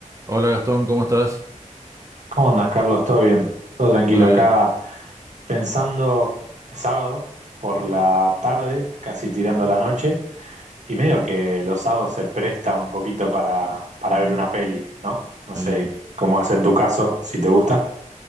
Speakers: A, on the right; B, on the right.
A: Hola Gastón, ¿cómo estás?
B: ¿Cómo andas, Carlos? ¿Todo bien? Todo tranquilo.
A: ¿Todo bien?
B: Acá pensando, es sábado, por la tarde, casi tirando a la noche, y medio que los sábados se presta un poquito para, para ver una peli, ¿no? No
A: Eh,
B: sé cómo es en tu caso, si te gusta.